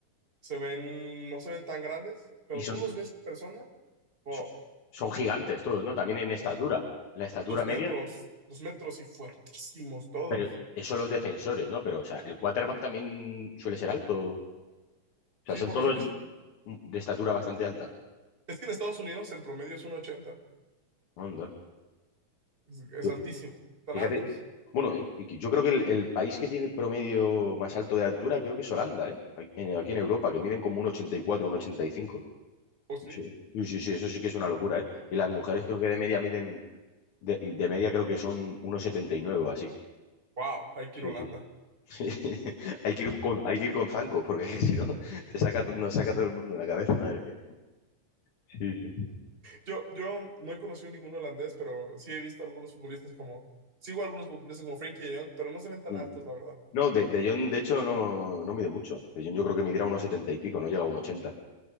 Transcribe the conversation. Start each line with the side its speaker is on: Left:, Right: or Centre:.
Right: se ven, no se ven tan grandes, pero
Left: Y son,
Right: tú los ves en persona, oh,
Left: son, son gigantes todos, ¿no? También en estatura.
Right: son
Left: La estatura
Right: dos
Left: media,
Right: metros, dos metros y fuertísimos todos.
Left: pero eso los defensores, ¿no? Pero, o sea, el quarterback también suele ser alto. O sea,
Right: Sí,
Left: son
Right: por
Left: todos
Right: lo general.
Left: de estatura bastante alta.
Right: Es que en Estados Unidos el promedio es 1,80.
Left: Onda.
Right: Es, es
Left: Yo-
Right: altísimo. Están
Left: Fíjate,
Right: altos.
Left: bueno, y- y yo creo que el, el país que tiene el promedio más alto de altura creo que es Holanda, ¿eh? Aquí en, aquí en Europa, que miden como un ochenta y cuatro un ochenta y cinco
Right: ¿O sí?
Left: Y su- Sí, sí, sí, eso sí que es una locura, ¿eh? Y las mujeres
Right: Son
Left: creo
Right: altos.
Left: que de media miden, de, de media creo que son 1,79 o así.
Right: Wow, hay que
Left: Sí,
Right: ir a Holanda.
Left: sí. <laughs> Hay que ir con, hay que ir con zancos, porque <laughs> si no, te saca, to- nos saca todo el mundo de la cabeza, madre mía. Sí, sí.
Right: Yo, yo no he conocido ningún holandés, pero sí he visto algunos futbolistas como. Sigo a algunos futbolistas como Frankie de Jong, pero no se ven tan
Left: Mm.
Right: altos, la verdad.
Left: No, de, de Jong, de hecho, no, no mide mucho. De Jong yo creo que midiera unos 70 y pico, no llega a unos ochenta